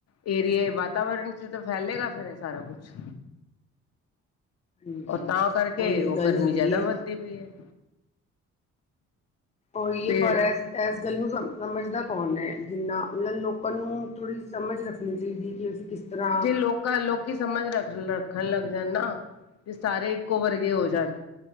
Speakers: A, on the left; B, on the left.
A: ਏ ਫੇਰ ਏ ਵਾਤਾਵਰਨ ਚ ਤਾਂ ਫੈਲੇਗਾ ਫੇਿਰ ਸਾਰਾ ਕੁਛ।
B: ਹਾਂਜੀ
A: ਉਹ ਤਾਂ ਕਰਕੇ
B: ਉਹੀ
A: ਉਹ
B: ਗੱਲ
A: ਗਰਮੀ
B: ਹੈਗੀ
A: ਜ਼ਿਆਦਾ
B: ਏ
A: ਵੱਧਦੀ ਪਈ ਹੈ।
B: ਉਹੀ
A: ਪੇੜ
B: ਪਰ ਐਸ ਐਸ ਗਲ ਨੂੰ ਸਮਝਦਾ ਕੌਣ ਹੈ। ਨਾ ਉਹਨਾਂ ਲੋਕਾਂ ਨੂੰ ਥੋੜੀ ਸਮਝ ਰੱਖਣੀ ਚਾਹੀਦੀ ਕਿ ਅਸੀਂ ਕਿਸ। ਤਰ੍ਹਾਂ
A: ਜੇ ਲੋਕ। ਲੋਕੀ ਸਮਝ ਰੱਖ ਰੱਖਣ ਲੱਗ ਜਾਣ ਨਾ ਤੇ ਸਾਰੇ ਇੱਕੋ ਵਰਗੇ ਹੋ ਜਾਣ।